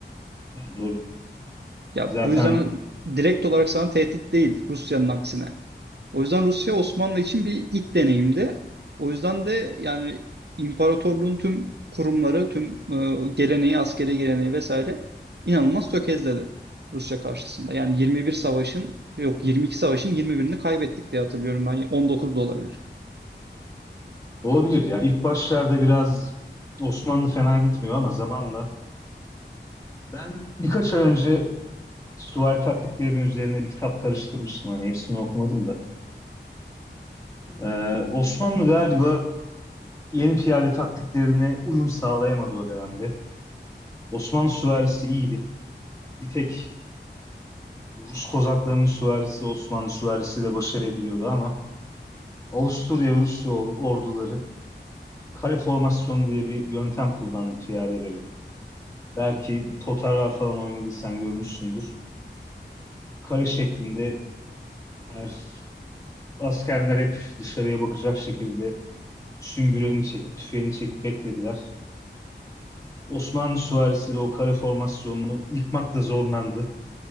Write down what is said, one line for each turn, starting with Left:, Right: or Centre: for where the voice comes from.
Left: Ha, doğru.
Right: Ya
Left: Zaten
Right: bu yüzden direkt olarak sana tehdit değil Rusya'nın aksine. O yüzden Rusya Osmanlı için bir ilk deneyimdi. O yüzden de yani imparatorluğun tüm kurumları, tüm e, geleneği, askeri geleneği vesaire inanılmaz tökezledi Rusya karşısında. Yani 21 savaşın yok 22 savaşın 21'ini kaybettik diye hatırlıyorum ben. 19 da olabilir.
Left: olabilir ya. İlk başlarda biraz Osmanlı fena gitmiyor ama zamanla. Ben birkaç ay önce süvari taktiklerinin üzerine bir kitap karıştırmıştım. Hani hepsini okumadım da. Ee, Osmanlı galiba yeni piyade taktiklerine uyum sağlayamadı o dönemde. Osmanlı süvarisi iyiydi. Bir tek Rus kozaklarının süvarisi Osmanlı süvarisi de baş edebiliyordu ama Avusturya ve Rusya or- orduları kare formasyon diye bir yöntem kullandı piyadeleri. Belki Totarlar falan oynadıysan görmüşsündür. Kare şeklinde ters askerler hep dışarıya bakacak şekilde süngüreni çekip tüfeğini çekip beklediler. Osmanlı süvarisi de o kare formasyonunu yıkmakta zorlandı.